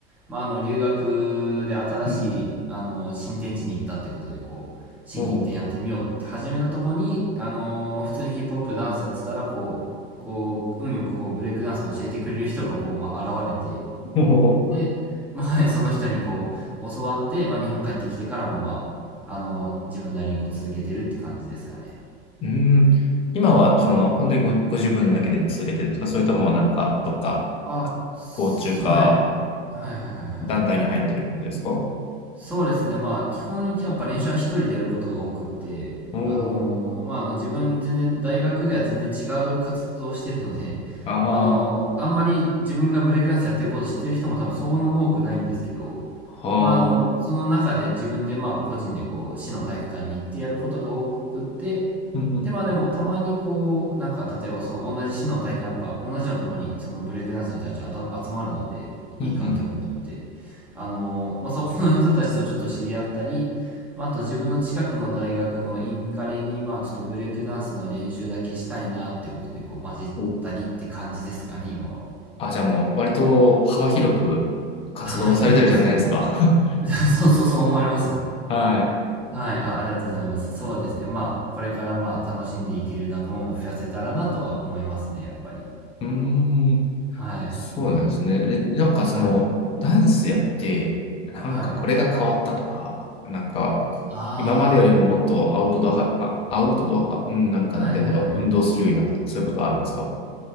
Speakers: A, in the centre; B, on the left.
A: まあ、あの、留学で新しい、
B: うん、
A: あの、新天地に行ったってことで、こう、新規一転やってみようって始めたとこに、
B: うん、
A: あのーまあ普通にヒップホップダンスやってたら、こう、こう、運よくこう、ブレイクダンスを教えてくれる人が、こう、まあ、現れて、
B: <laughs> おー
A: で、まあ、その人にこう、教わって、まあ、日本帰ってきてからも、まあ、あの、自分なりにこう続けてるって感じですかね。
B: うん。今は、その、本当にご、ご自分だけで続けてるんですかそれとも、なんか、どっか、
A: あ、すはい。
B: 校中か、
A: はいはいはいはいはい。
B: 団体に入ってる感じですかお
A: そうですね。まあ、基本、やっぱ練習は一人でやることが多くって、
B: おー、
A: あのーまあ、あの、自分全然、大学では全然違う活動をしてるので、
B: ああ、
A: あのーあんまり自分がブレイクダンスやってることを知ってる人も多分そんな多くないんですけど、
B: は
A: まあ、あの、
B: あ、
A: その中で自分でまあ、個人でこう、市の体育館に行ってやることが多くって、
B: うん、うん、
A: で、まあでも、たまにこう、なんか、例えばその同じ市の大会、やっぱ同じようなところに、そのブレイクダンスの人たちあた集まるので、
B: うん、
A: いい環境を求めて、あのーまあそこの人たちとちょっと知り合ったり、まああと自分の近くの大学のインカレに、まあちょっとブレイクダンスの練習だけしたいなってことで、こう、混じったりって感じですかね、
B: うん。お
A: 今は。
B: あ、じゃあもう、割と幅広く活動されてるじゃないですか。
A: あ、まあよくす、<laughs> そうそうそう思われます。
B: <laughs> はい。
A: はい、あ、ありがとうございます。そうですね。まあ、これからまあ、楽しんでいける仲間も増やせたらなとは思いますね、やっぱり。
B: うーん。
A: はい。
B: そうなんですね。え、なんかその、
A: はい。
B: ダンスやって、なんかこれが変わったとか、
A: はい。
B: なんか、
A: あ
B: 今までよりももっとアウトドアはあ、アウトドア派、うん、なんかなんて言うんだろう、
A: あ、はいはいはい。
B: 運動するようになったとか、そういうことはあるんですか